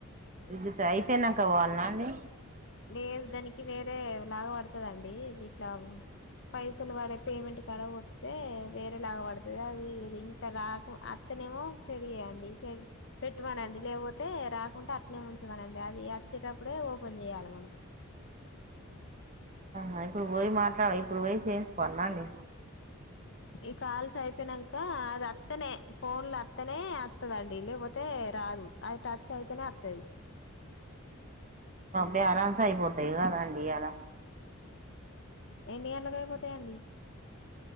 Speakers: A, on the right; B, on the left.
A: విద్యుత్ అయిపొయ్ నాక పోవాల్నా అండి
B: లేద్ దానికి వేరే లాగ బడతదండి ఇట్లా <unintelligible> పైసలు వాడే పేమెంట్ కడ గొచ్చతే వేరే లాగా బడతది అది రింక్ రాకు అత్తనేమో సెడి జెయండి సె పెట్టిమనండి లేకపోతే రాకుంటే అట్నే ఉంచమనండి అది అచ్చేటప్పుడే ఓపెన్ చేయాలె. వన
A: అ ఇప్పుడు బొయ్ మాట్లా ఇప్పుడు బొయ్ చేసుకోవాల్న అండి
B: ఇ కాల్సై ప్పినంక అది అత్తనే ఫోన్ లో అత్తనే అత్తదండి లేపోతే రాదు, అది టచ్ అయితేనే అత్తది.
A: బ్యాలెన్స్ అయిపోతాయి గదండి ఇయాల
B: ఎన్ని గంట్లకి అయిపోత్ తేండి